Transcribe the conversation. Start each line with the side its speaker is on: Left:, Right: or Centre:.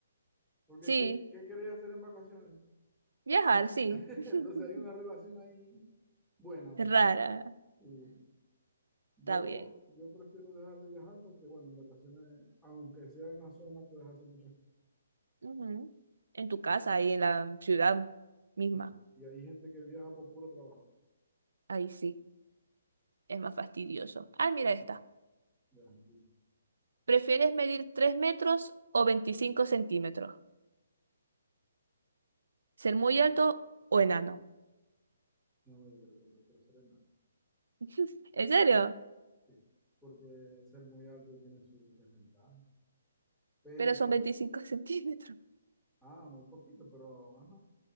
Centre: Porque
Right: Sí,
Centre: ¿qué, qué querés hacer en vacaciones?
Right: viajar, sí.
Centre: <laughs>
Right: <laughs>
Centre: Entonces hay una relación ahí buena, vos.
Right: Rara.
Centre: Y Yo,
Right: Está bien.
Centre: yo prefiero dejar de viajar porque, bueno, en vacaciones, aunque sea en la zona, puedes hacer muchas cosas,
Right: Ujú. En tu casa, ahí en la ciudad misma.
Centre: claro. Y hay gente que viaja por puro trabajo.
Right: Ahí sí, es más fastidioso. Ah, mira esta.
Centre: Sí, de las anguilas.
Right: ¿Prefieres medir 3 metros o 25 centímetros? ¿Ser muy alto o enano?
Centre: No, yo creo que prefiero ser enano.
Right: <laughs> ¿En serio?
Centre: Sí, porque ser muy alto tiene sus desventajas. Peso,
Right: Pero son veinticinco centímetros.
Centre: ah, muy poquito, pero, ajá.